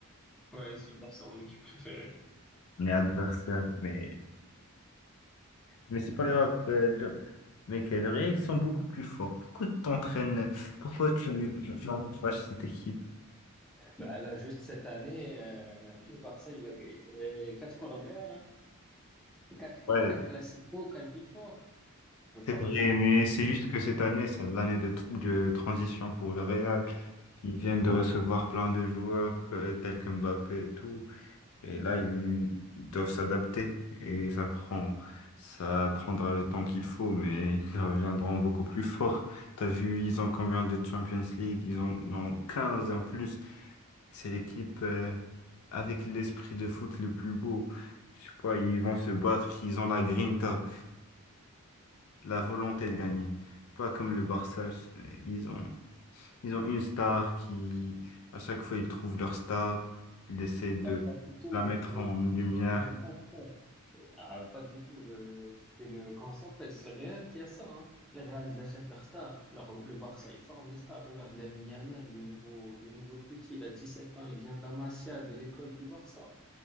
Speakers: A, in the centre; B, on the left.
A: Ouais, c'est le Barça, mon équipe préférée.
B: On est adversaire, mais, mais c'est pas grave. euh, le- Mec, le Real, ils sont beaucoup plus forts. Pourquoi tu t'entraînes? Pourquoi tu, tu encourages cette équipe?
A: Bah, là, juste cette année, euh, le Barça, il a, il a gagné 4 fois le Real, hein. quatre fois
B: Ouais,
A: 4 Classico, 4 victoires. Tu peux
B: C'est
A: pas
B: vrai,
A: me dire
B: mais
A: pourquoi tu...
B: c'est juste que cette année, c'est l'année de, tr- de transition pour le Real. Ils viennent de recevoir plein de joueurs euh, tels que Mbappé et tout. Et là, ils doivent s'adapter. Et ça prend, ça prendra le temps qu'il faut, mais <laughs> ils reviendront beaucoup plus forts. T'as vu, ils ont combien de Champions League? Ils en ont 15 et en plus, c'est l'équipe euh, avec l'esprit de foot le plus beau. Je sais pas, ils vont se battre, ils ont la grinta la volonté de gagner. Pas comme le Barça, euh, ils ont, ils ont une star qui, à chaque fois, ils trouvent leur star, ils essaient de
A: Bah, pas du tout.
B: la mettre
A: Je,
B: en
A: je,
B: lumière.
A: je, je, le prends. Ah, pas du tout. Le, c'était le, comment ça s'appelle? C'est le Real qui a ça, hein. Le Real, ils achètent leurs stars. Leur- le Barça, ils forment les stars. Regarde Lamine Yamal, le nouveau, le nouveau petit, il a 17 ans, il vient de la Masia, de l'école du Barça.